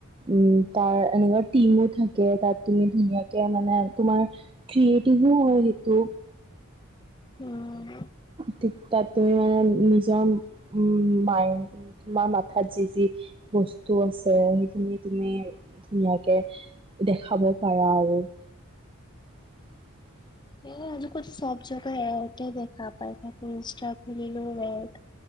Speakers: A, on the right; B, on the left.
A: উম তাৰ এনেকুৱা টিমো থাকে তাত তুমি ধুনীয়াকে মানে তোমাৰ ক্ৰিয়েটিভো হয় কিটো
B: উম
A: ঠিক তাতে নিজৰ ম মাইন্ড তোমাৰ মাথাত যি যি বস্তু আছে সেইখিনি তুমি ধুনীয়াকে দেখাব পাৰা আৰু। <inaudible> <unintelligible>
B: এই আজি কত চব জাগা এ আই টেই দেখা পাই থাকো। ইনষ্টা খুলিলেও এড